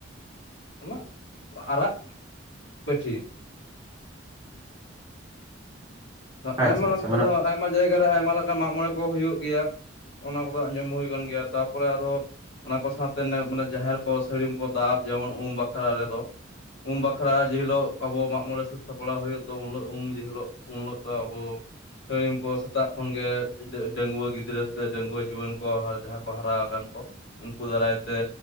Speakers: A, on the left; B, on the right.
A: ᱚᱱᱟ ᱟᱨᱟᱜ ᱯᱟᱹᱴᱷᱤ
B: ᱟᱪᱪᱷᱟ
A: ᱟᱭᱢᱟ ᱞᱮᱠᱟ
B: ᱟᱪᱪᱷᱟ ᱢᱟᱱᱮ
A: ᱫᱚ ᱟᱭᱢᱟ ᱡᱟᱭᱜᱟ ᱨᱮ ᱟᱭᱢᱟ ᱞᱮᱠᱟᱱ ᱢᱟᱜ ᱢᱚᱬᱮ ᱠᱚ ᱦᱩᱭᱩᱜ ᱜᱮᱭᱟ᱾ ᱚᱱᱟ ᱠᱚᱫᱚ ᱟᱸᱡᱚᱢ ᱦᱩᱭ ᱟᱠᱟᱱ‌ ᱜᱮᱭᱟ ᱛᱟᱯᱚᱨᱮ ᱟᱨᱚ ᱚᱱᱟ ᱠᱚ ᱥᱟᱶᱛᱮ ᱢᱟᱱᱮ ᱡᱟᱦᱮᱨ ᱠᱚ ᱥᱟᱹᱲᱤᱢ ᱠᱚ ᱫᱟᱵ ᱡᱮᱢᱚᱱ ᱩᱢ ᱵᱟᱠᱷᱨᱟ ᱨᱮᱫᱚ ᱩᱢ ᱵᱟᱠᱷᱨᱟ ᱡᱮᱦᱤᱞᱳᱜ ᱟᱵᱚ ᱢᱟᱜ ᱢᱚᱬᱮ ᱥᱟᱹᱛ ᱥᱟᱯᱲᱟᱣ ᱦᱩᱭᱩᱜ ᱛᱚ ᱩᱱᱤᱞᱳᱜ ᱩᱢ ᱡᱮ ᱦᱤᱞᱳᱜ ᱩᱱ ᱦᱤᱞᱳᱜ ᱛᱚ ᱟᱵᱚ ᱥᱟᱹᱲᱤᱢ ᱠᱚ ᱥᱮᱛᱟᱜ ᱠᱷᱚᱱ ᱜᱮ ᱰᱟᱺᱜᱩᱣᱟᱹ ᱜᱤᱫᱽᱨᱟᱹ ᱛᱮ ᱰᱟᱺᱜᱩᱣᱟᱹ ᱡᱩᱣᱟᱹᱱ ᱠᱚ ᱡᱟᱦᱟᱸ ᱠᱚ ᱦᱟᱨᱟ ᱟᱠᱟᱱ ᱠᱚ ᱩᱱᱠᱩ ᱫᱟᱨᱟᱭ ᱛᱮ